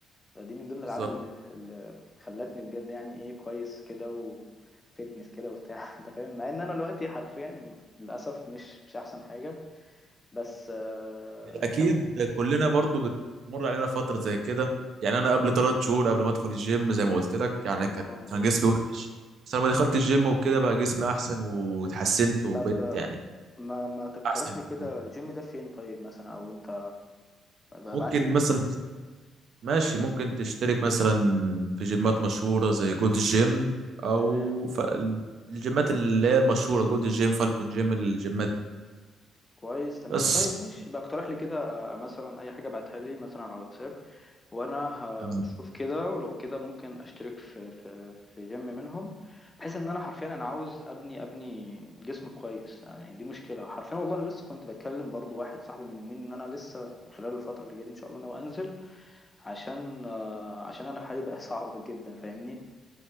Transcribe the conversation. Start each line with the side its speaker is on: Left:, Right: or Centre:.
Left: فدي من ضمن الألعاب
Right: بالظبط
Left: اللي اللي خلتني بجد يعني إيه كويس كده وفتنس كده وبتاع <laughs> أنت فاهم مع إن أنا دلوقتي حرفيا للأسف مش مش أحسن حاجة بس آه أنت
Right: اكيد
Left: م-
Right: كلنا برضو بتمر علينا فتره زي كده يعني انا قبل ثلاث شهور قبل ما ادخل الجيم زي ما قلت لك يعني كانت
Left: اه
Right: كان جسمي وحش بس لما دخلت الجيم وكده بقى جسمي احسن واتحسنت وبقيت
Left: طب آه،
Right: يعني
Left: ما ما تقترح
Right: احسن
Left: لي
Right: بكتير.
Left: كده الجيم ده فين طيب مثلا أو أنت ابعت
Right: ممكن
Left: لي مثلا
Right: مثلا ماشي ممكن تشترك مثلا في جيمات مشهوره زي جولد جيم او
Left: تمام
Right: ف... الجيمات اللي هي المشهوره جولد جيم فالكون جيم الجيمات دي.
Left: كويس تمام
Right: بس
Left: طيب ماشي يبقى اقترح لي كده آه، مثلا اي حاجه بعتها لي مثلا على الواتساب وانا
Right: تمام.
Left: هشوف كده ولو كده ممكن اشترك في في في جيم منهم بحيث ان انا حرفيا انا عاوز ابني ابني جسم كويس يعني دي مشكله حرفيا والله انا لسه كنت بتكلم برضو واحد صاحبي من يومين ان انا لسه خلال الفتره اللي جايه دي ان شاء الله انا انزل عشان آه، عشان انا حالي بقى صعب جدا فاهمني